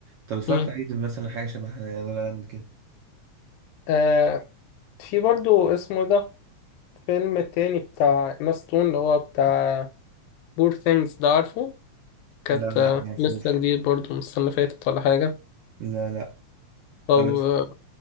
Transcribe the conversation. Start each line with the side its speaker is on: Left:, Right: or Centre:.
Right: طب اتفرجت
Left: مم.
Right: عليه مثلا حاجة شبه لا لا لاند كده
Left: آه في برضو اسمه ده فيلم تاني بتاع إيما ستون اللي هو بتاع بور ثينجز ده عارفه كانت
Right: لا
Left: آه،
Right: لا معرفوش
Left: لسه جديد برضو من السنة اللي فاتت ولا حاجة
Right: لا لا
Left: طب
Right: طب ات-